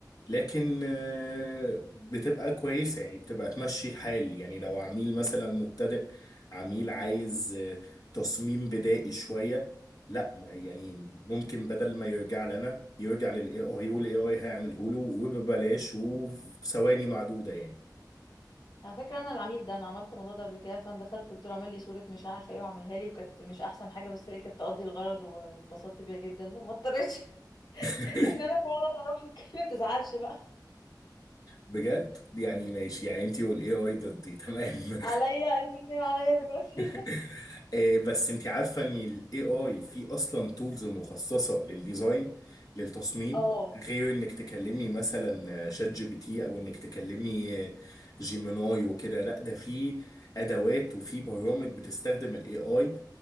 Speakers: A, on the left; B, on the left.
A: لكن آه، بتبقى كويسة يعني بتبقى تمشي الحال يعني لو عميل مثلا مبتدئ عميل عايز آه، تصميم بدائي شوية لا ما- يعني ممكن بدل ما يرجع لنا يرجع للاي اي والاي اي هيعمله له وببلاش وفي ثواني معدودة يعني
B: على فكره انا العميل ده انا عملت الموضوع ده قبل كده فانا دخلت قلت له اعمل لي صوره مش عارفه ايه وعملها لي وكانت مش احسن حاجه بس هي كانت تقضي الغرض واتبسطت بيها جدا ما اضطرتش
A: <laughs>
B: <laughs> ان انا فعلا اروح اتكلم تزعلش بقى
A: بجد يعني ماشي يعني انتي والاي اي ضدي تمام <laughs>
B: عليا انتوا الاثنين عليا دلوقتي
A: <laughs> آه، بس انت عارفه ان الاي اي في اصلا تولز مخصصه للديزاين للتصميم
B: <laughs> اه
A: غير انك تكلمي مثلا شات جي بي تي او انك تكلمي آه، جيميناي وكده لا ده في ادوات وفي برامج بتستخدم الاي اي